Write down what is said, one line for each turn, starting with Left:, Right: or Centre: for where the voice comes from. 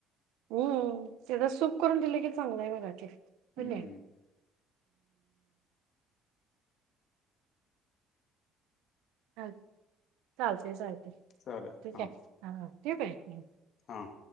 Right: उम्म तेजा सूप करून दिलं की चांगलं आहे बघा की होय
Left: हम्म
Right: ने. अ चालतेय चालतय
Left: चालेल
Right: ठीक
Left: हां
Right: आहे हा हा ठेवू काय हम्म.
Left: हां.